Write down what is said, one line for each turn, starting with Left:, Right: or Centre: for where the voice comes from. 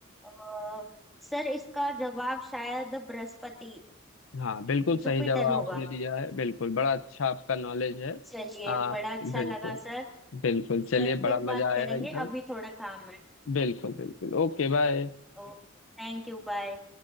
Centre: अ, सर इसका जवाब शायद बृहस्पति
Left: हाँ बिल्कुल सही
Centre: जुपिटर
Left: जवाब
Centre: होगा
Left: आपने दिया है बिल्कुल बड़ा अच्छा आपका नॉलेज है
Centre: चलिए
Left: आ,
Centre: बड़ा अच्छा
Left: बिल्कुल
Centre: लगा सर
Left: बिल्कुल चलिए
Centre: सर
Left: बड़ा
Centre: फिर बात
Left: मजा आया
Centre: करेंगे
Left: एकदम
Centre: अभी थोड़ा काम है
Left: बिल्कुल बिल्कुल Okay bye
Centre: Okay thank you bye